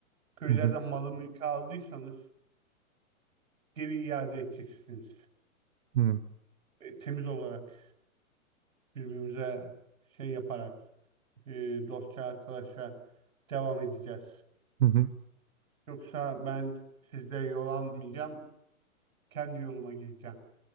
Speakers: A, on the right; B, on the right.
A: köylerden
B: Hı hı,
A: malı mülkü aldıysanız geri iade edeceksiniz.
B: hı hı,
A: E, temiz olarak birbirimize şey yaparak e, dostça arkadaşa devam edeceğiz.
B: hı hı.
A: Yoksa ben sizde yol almayacağım, kendi yoluma gideceğim